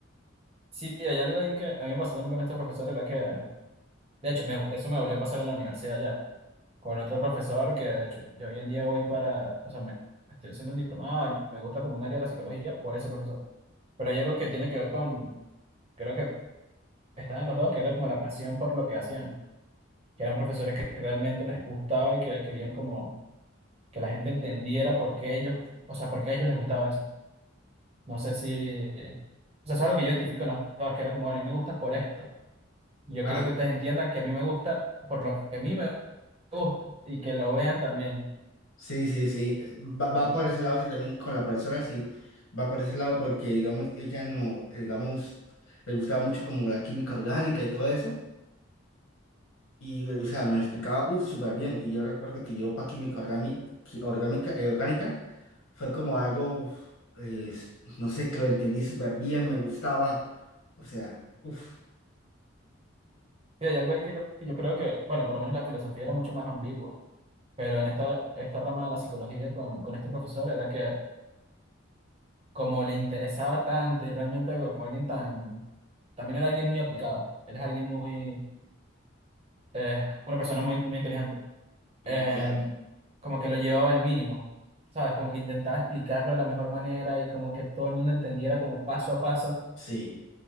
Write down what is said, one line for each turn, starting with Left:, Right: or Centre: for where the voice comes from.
Right: Sí, hay algo ahí que a mí me pasó también con este profesor, era que De hecho, me- eso me volvió a pasar en la universidad ya, con otro profesor que de hecho yo hoy en día voy para, o sea, me, estoy haciendo un diplomado y me gusta como un área de la psicología por ese profesor. Pero hay algo que tiene que ver con, creo que estaban los dos, que era como la pasión por lo que hacían, que eran profesores que realmente les gustaba y que querían como que la gente entendiera por qué ellos, o sea, por qué a ellos les gustaba eso. No sé si, o sea, eso es lo que yo identifico en los dos, que era como, bueno, a mí me gusta por esto. Y yo
Left: A,
Right: quiero que ustedes entiendan que a mí me gusta por lo que a mí me gusta y que lo vean también.
Left: Sí, sí, sí. Va, va por ese lado, sí, también con la profesora, sí. Va por ese lado porque, digamos, ella no, eh, digamos, le gustaba mucho como la química orgánica y todo eso. Y, eh, o sea, nos explicaba, uff, súper bien. Y yo recuerdo que yo para química orgánica, orgánica, eh, orgánica fue como algo, uf, eh, s- no sé, que lo entendí súper bien, me gustaba. O sea, uff,
Right: Sí, hay algo ahí que yo, que yo creo que, bueno, por lo menos la filosofía era mucho más ambigua, pero en esta, esta rama de la psicología con, con este profesor era que como le interesaba tanto y realmente como alguien tan, también era alguien muy aplicado, él es alguien muy, eh, una persona muy, muy inteligente,
Left: y
Right: eh,
Left: claro,
Right: como que lo llevaba al mínimo, ¿sabes? Como que intentaba explicarlo de la mejor manera y como que todo el mundo entendiera como paso a paso
Left: sí.